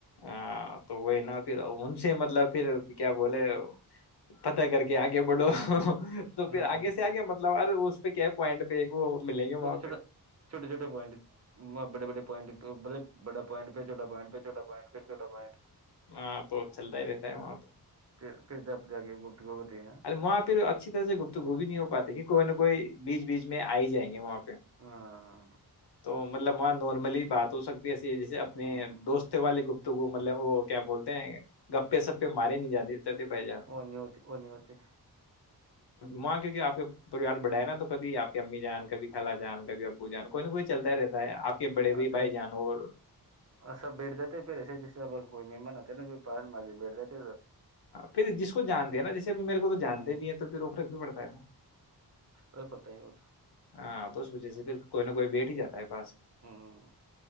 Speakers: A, on the left; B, on the right.
A: ہاں تو وہ نا پھر ان سے مطلب پھر کیا بولے پت کر کے آگے بڑھو تو پھر
B: ہاں
A: آگے سے آگے مطلب اس پہ کیا پوائنٹ پہ ایک وہ ملیں گے وہاں
B: چھوٹے
A: پہ
B: چھوٹے چھوٹے چھوٹے پوائنٹ بڑے بے پوائنٹ بے با پوائٹ پ چھوا پوائٹ پھوا پوائٹ پھر چھوٹا پوائنٹ
A: وہاں تو چلتا ہی رہتا ہے وہاں تو
B: پھر پھر جب جا کے گفتگو ہوتی ہے
A: ار وہاں پھر اچھی طرح سے گت گو بھی نہیں ہو پاتی کہ کوئی نہ کوئی بیچ بیچ میں آئی جائیں گے وہاں پہ
B: ہاں
A: تو مطلب وہاں نارملی بات ہو سکتی ایسے جیسے اپنے
B: ہوں
A: دوست والے گپ تو وہ مطلب وہ کیا بولتے ہیں گپے سپے مارے نہیں جاتے چلتے پائی جان وہاں
B: ا ن ہوتی وہ ن ہوتی
A: ماں کیک آپ کا پریوار بڑائے نا تو کبھی آپ کی امی جان کبھی خالا جان کب ابو جان کوئی نہ کوئی چلتا ہی رہتا ہے آپ کے بڑے بھائی
B: آت
A: بھائی
B: ہے
A: جان اور
B: اسا بٹ جات ہے سس سے آ کوئی مماناتتے بھی پار مار بیٹ جاتی تو
A: پھر جس کو جانتے ہیں نا جیسے اب میرے کو تو جانتے
B: ہوں
A: بھی ہیں تو پھر روک رکھ بھی پڑتا ہے
B: رئی پڑتا ہے ب تو
A: ہاں تو اس و جی سے پھر کوئی نہ کوئی بیٹھ ہی جا ہے پاس میں
B: ہوں